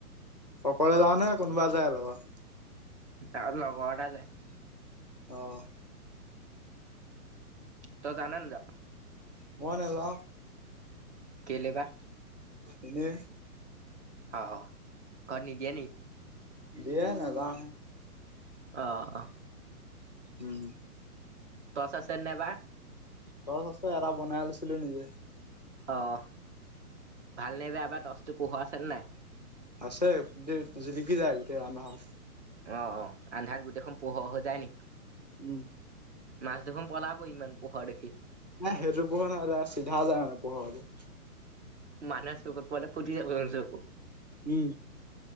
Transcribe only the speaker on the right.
আৰু লগৰ এটা যায়।
তই যাওঁ নে নেযাওঁ?
কেইলে বা?
অ', অ' ঘৰত নিদিয়ে নি?
অ'।
টৰ্চ আছে নাই বা?
অ' ভাল নে বেয়া বা টৰ্চটো পোহৰ আছে নে নাই?
অ', অ' আন্ধাৰত গোটেইখন পোহৰ হৈ যায় নি?
মাছ দেখোন পলাব ইমান পোহৰ দেখি।
মানুহৰ চকুত পৰিলে ফুটি যাব দেখোন চকু।